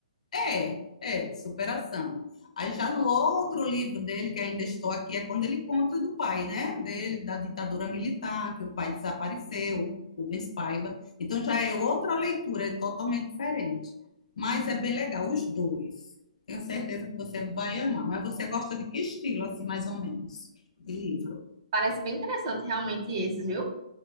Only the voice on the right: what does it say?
Parece bem interessante realmente esses, viu?